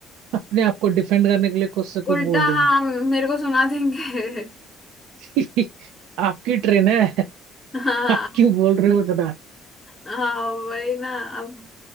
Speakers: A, on the right; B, on the left.
A: अपने आप को डिफेंड करने के लिए कुछ से
B: उल्टा
A: कुछ बोल
B: हाँ मेरे को सुना देंगे
A: देंगे <laughs> आपकी ट्रेन है
B: <laughs> हाँ
A: आप क्यों बोल रहे हो इतना।
B: हाँ वही ना अब